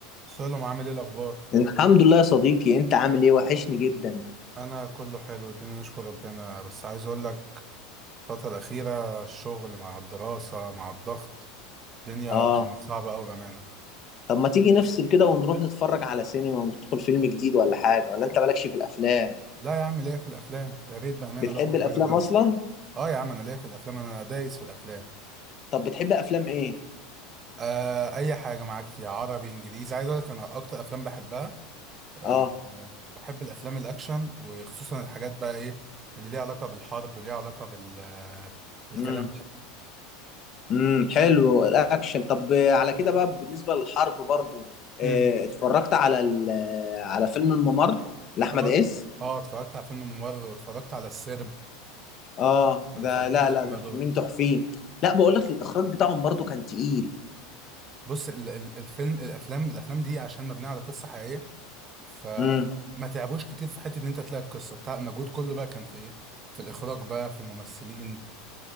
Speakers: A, on the right; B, on the left.
A: سلام عامل ايه الاخبار
B: الحمد لله يا صديقي انت عامل ايه وحشني جدا
A: انا كله حلو الدنيا نشكر ربنا بس عايز اقول لك الفتره الاخيره الشغل مع الدراسه مع الضغط الدنيا
B: اه
A: صعبه قوي بامانه
B: طب ما تيجي نفصل كده ونروح نتفرج على سينما وندخل فيلم جديد ولا حاجة ولا انت مالكش في الافلام
A: لا يا عم ليا في الافلام يا ريت بامانه
B: بتحب
A: الواحد يغير
B: الافلام
A: جو
B: اصلا
A: اه يا عم انا ليا في الافلام انا دايس في الافلام
B: طب بتحب افلام ايه
A: آه اي حاجه معاك فيها عربي انجليزي عايز اقول لك انا اكتر افلام بحبها آه
B: اه
A: آه، بحب الافلام الاكشن وخصوصا الحاجات بقى ايه اللي ليها علاقه بالحرب ليها علاقه بال آه، الكلام
B: امم امم حلو الاكشن طب آه، على كده بقى بالنسبة للحرب برضو اه
A: ده
B: اتفرجت على ال- آه، على فيلم الممر لاحمد
A: اه
B: عز
A: اه اتفرجت على فيلم ممر واتفرجت على السرب
B: اه
A: اللي
B: ده
A: دخلتهم
B: لا
A: سينما
B: لا ده
A: دول
B: فيلمين تحفين لا بقول لك الاخراج بتاعهم برضو كان تقيل
A: بص ال ال الفيلم الافلام الافلام دي عشان مبنيه على قصه حقيقيه فما
B: امم
A: تعبوش كتير في حته ان انت تلاقي القصه بتاع المجهود كله بقى كان في ايه في الاخراج بقى في الممثلين